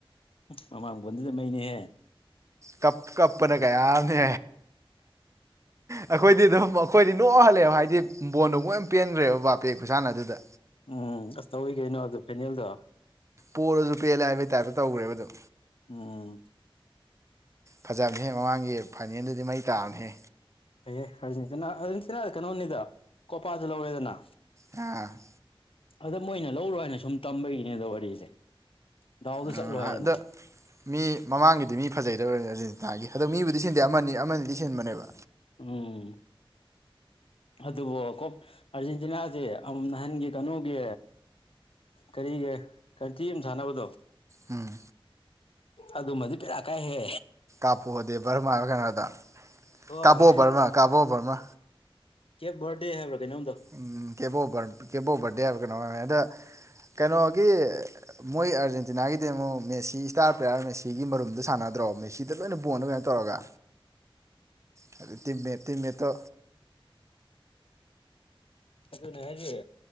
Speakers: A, on the left; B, on the right.
A: ꯃꯃꯥꯡꯕꯣꯟꯗꯨꯗꯤ ꯃꯩꯅꯤꯍꯦ꯫
B: ꯀꯞ ꯀꯞꯄꯅꯦ ꯀꯌꯥ ꯑꯃꯅꯦ꯫ ꯑꯩꯈꯣꯏꯗꯤ ꯑꯗꯨꯝ ꯑꯩꯈꯣꯏꯗꯤ ꯅꯣꯛ ꯍꯜꯂꯛꯑꯦꯕ ꯍꯥꯏꯗꯤ ꯕꯣꯟꯗꯨ ꯑꯃꯨꯛ ꯍꯦꯟꯅ ꯄꯦꯟꯈ꯭ꯔꯦꯕ ꯕꯥꯄꯦꯒꯤ ꯈꯨꯁꯥꯟꯅ ꯑꯗꯨꯗ꯫
A: ꯎꯝ ꯑꯁ ꯇꯧꯋꯏ ꯀꯩꯅꯣ ꯑꯗꯨ ꯐꯥꯏꯅꯦꯜꯗꯣ꯫
B: ꯄꯣꯔꯔꯁꯨ ꯄꯦꯜꯂꯦ ꯍꯥꯏꯕꯩ ꯇꯥꯏꯞꯇ ꯇꯧꯈ꯭ꯔꯦꯕꯗꯣ꯫
A: ꯎꯝ
B: ꯐꯖꯕꯅꯦꯍꯦ ꯃꯃꯥꯡꯒꯤ ꯐꯥꯏꯅꯦꯜꯗꯨꯗꯤ ꯃꯩ ꯇꯥꯕꯅ ꯍꯦ
A: ꯐꯩꯌꯦ ꯑꯔꯖꯦꯟꯇꯤꯅꯥ- ꯑꯥꯔꯖꯦꯟꯇꯤꯅꯥ ꯀꯩꯅꯣꯅꯤꯗ ꯀꯣꯄꯥꯁꯨ ꯂꯧꯔꯦꯗꯅ
B: ꯍ
A: ꯑꯗ ꯃꯣꯏꯅ ꯂꯧꯔꯣ ꯍꯥꯏꯅ ꯁꯨꯝ ꯇꯝꯕꯒꯤꯅꯦ ꯑꯗꯣ ꯋꯥꯔꯤꯁꯦ ꯗꯥꯎꯗ
B: ꯑꯥ
A: ꯆꯠꯂꯣ ꯍꯥꯏꯅ
B: ꯑꯗꯣ ꯃꯤ ꯃꯃꯥꯡꯒꯤꯗꯤ ꯃꯤ ꯐꯖꯩꯗꯧꯔꯅꯤ ꯑꯔꯖꯦꯟꯇꯤꯅꯥꯒꯤ ꯑꯗꯣ ꯃꯤꯕꯨꯗꯤ ꯁꯤꯟꯗꯦ ꯑꯃꯅꯤ ꯑꯃꯅꯤꯗꯤ ꯁꯤꯟꯕꯅꯦꯕ
A: ꯎꯝ ꯑꯗꯨꯕꯨ ꯀ ꯑꯔ ꯖꯤꯅꯥꯁꯦ ꯑꯃꯨꯛ ꯅꯍꯥꯟꯒꯤ ꯀꯩꯅꯣꯒꯤ ꯀꯔꯤꯒ ꯀꯟꯇꯤ ꯑꯃ ꯁꯥꯟꯅꯕꯗꯣ
B: ꯎꯝ
A: ꯑꯗꯨꯃꯗꯨ ꯕꯦꯔꯥ ꯀꯥꯏꯍꯦ
B: ꯍꯥꯥꯞꯄꯨꯗꯦ ꯕꯔꯃꯥ ꯍꯥꯏꯕ ꯀꯩꯅꯣꯗ
A: ꯍꯣꯏ
B: ꯀꯥꯕꯣ ꯕꯔꯃ ꯀꯥꯕꯣ ꯕꯔꯃꯥ
A: ꯀꯦꯞ ꯕꯔꯗꯦ ꯍꯥꯏꯕ꯭ꯔꯒꯩꯅꯣꯝꯗ
B: ꯎꯝ ꯀꯦꯄꯣꯕꯔ ꯀꯄꯣꯕꯔꯗꯤ ꯍꯥꯏꯕ ꯀꯩꯅꯣꯅꯤ ꯑꯗ ꯀꯩꯅꯣꯒꯤ ꯃꯣꯏ ꯑꯥꯔꯖꯦꯟꯇꯤꯅꯥꯒꯤꯗꯤ ꯑꯃꯨꯛ ꯃꯦꯁꯤ ꯏꯁꯇꯥꯔ ꯄ꯭ꯂꯦꯌꯥꯔ ꯃꯦꯁꯤꯒꯤ ꯃꯔꯨꯝꯗ ꯁꯥꯟꯅꯗ꯭ꯔꯣ ꯃꯦꯁꯤꯗ ꯂꯣꯏꯅ ꯕꯣꯟ ꯇꯧꯔꯒ ꯇ ꯇꯤꯝꯃꯦꯠꯇꯣ
A: ꯑꯗꯨꯅꯖꯤ